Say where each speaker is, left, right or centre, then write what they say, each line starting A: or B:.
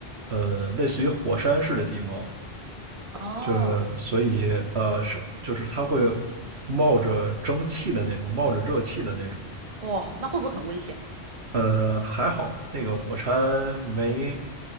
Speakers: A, on the right; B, on the right.
A: 呃，类似于火山式的地貌，
B: 哦，
A: 就是所以呃是就是它会冒着蒸汽的那种，冒着热气的那种。
B: 哇，那会不会很危险？
A: 呃，还好那个火山没